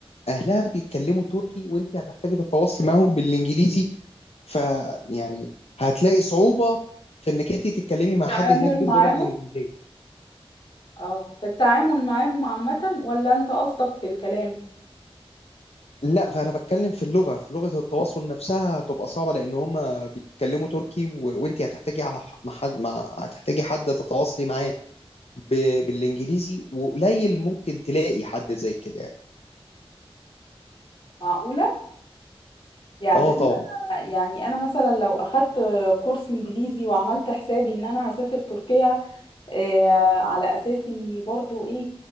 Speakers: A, on the left; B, on the left.
A: اهلها بيتكلموا تركي وانت هتحتاجي تتواصلي معاهم بالانجليزي فيعني هتلاقي صعوبه في انك انت تتكلمي
B: التعامل
A: مع حد هناك باللغه
B: معاهم
A: الانجليزيه
B: اه في التعامل معاهم عامة ولا انت قصدك في الكلام
A: لا فانا بتكلم في اللغه في لغه التواصل نفسها هتبقى صعبه لان هم بيتكلموا تركي و... وانت هتحتاجي على ح- مع حد مع... هتحتاجي حد تتواصلي معاه ب... بالانجليزي وقليل ممكن تلاقي حد زي كده يعني.
B: معقولة يعني
A: اه
B: انا
A: طبعا
B: يعني انا مثلا لو اخدت كورس انجليزي وعملت حسابي ان انا هسافر تركيا آه على اساس اني برضو ايه